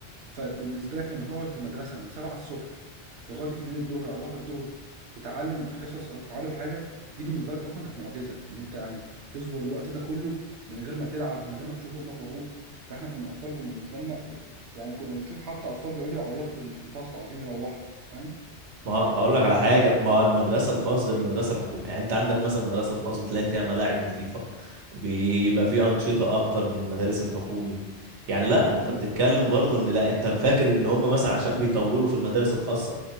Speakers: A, on the right; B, on the right.
A: فبالنسبه لك لما تقعد في المدرسه من 7 الصبح لغايه 2 الظهر او 1 الظهر تتعلم حصص او تتعلم حاجه دي بالنسبه لك اصلا كانت معجزه ان انت يعني تصبر الوقت ده كله من غير ما تلعب من غير ما تشوف امك وابوك فاحنا كنا اطفال كنا بالنسبه لنا ب... يعني كنا بنشوف حتى اطفال بيقعدوا يعيطوا في ال- في الفصل عايزين يروحوا فاهم
B: ما هقول لك على
A: ف
B: حاجه ما المدرسه الخاص غير
A: مم.
B: المدرسه الحكومه يعني انت عندك مثلا المدرسه الخاص بتلاقي فيها ملاعب نظيفه بيبقى فيه انشطه اكتر من المدارس الحكومي يعني لا ما انت
A: ايوه
B: بتتكلم برضو ان لا انت فاكر ان هم مثلا عشان بيطولوا في المدارس الخاصه